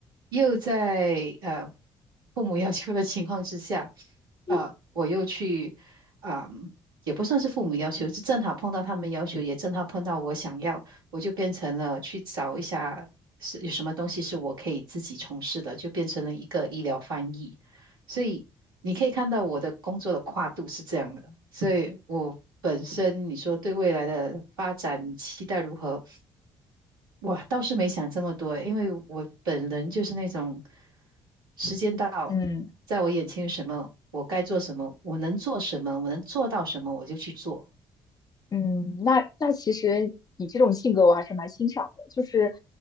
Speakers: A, on the right; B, on the left.
A: 又在呃父母要求的情况之下，
B: <laughs>
A: 呃，我又去，嗯、也不算是父母要求，是正好碰到他们要求，也正好碰到我想要，我就变成了去找一下是有什么东西是我可以自己从事的，就变成了一个医疗翻译，所以。你可以看到我的工作的跨度是这样的，所以我本身你说对未来的发展期待如何，我倒是没想这么多，因为我本人就是那种时间到，
B: 嗯。
A: 在我眼前有什么，我该做什么，我能做什么，我能做到什么，我就去做。
B: 嗯，那那其实你这种性格我还是蛮欣赏的，就是